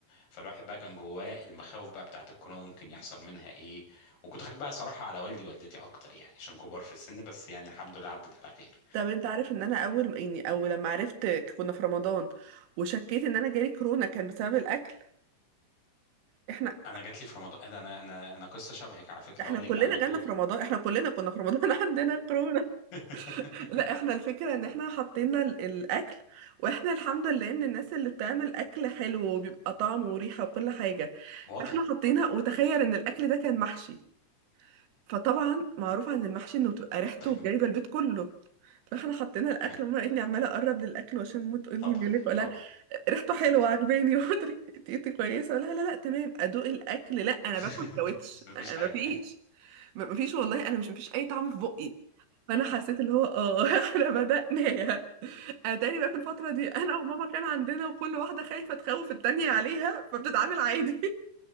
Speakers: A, on the left; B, on the right.
A: فالواحد بقى كان جواه المخاوف بقى بتاعت الكورونا ممكن يحصل منها ايه وكنت خايف بقى صراحه على والدي ووالدتي اكتر يعني عشان كبار في السن بس يعني الحمد لله عدت على خير
B: طب انت عارف ان انا اول يعني او لما عرفت كنا في رمضان وشكيت ان انا جالي كورونا كان بسبب الاكل احنا
A: انا جات لي في رمضان انا انا انا أنا قصه شبهك على فكره
B: احنا
A: هقول
B: كلنا
A: لك بعد ما
B: جالنا
A: تقولي
B: في رمضان احنا كلنا كنا في رمضان <laughs> عندنا كورونا
A: <laughs>
B: لا احنا الفكره ان احنا حطينا ال- الاكل واحنا الحمد لله من الناس اللي بتعمل اكل حلو وبيبقى طعم وريحه وكل حاجه
A: واضح
B: فاحنا حطينا وتخيل ان الاكل ده كان محشي فطبعا معروف عن المحشي انه بتبقى ريحته
A: واضح
B: جايبه البيت كله فاحنا حطينا الاكل
A: من
B: وما لقيتني عماله اقرب للاكل وعشان ما تقول
A: طبعا
B: لي مالك ولا
A: طبعا
B: ريحته حلوه عجباني <laughs> وطريقتي كويسه ولا لا لا لا تمام ادوق الاكل لا انا
A: <laughs>
B: باكل ساويتش
A: بس مفيش
B: أنا
A: حاجه
B: مفيش
A: <laughs>
B: م- مفيش والله انا مش مفيش اي طعم في بقي فانا حسيت اللي هو اه <laughs> احنا بدأناها اتاري بقى في الفتره دي انا وماما كان عندنا وكل واحده خايفه تخوف التانية عليها فبتتعامل عادي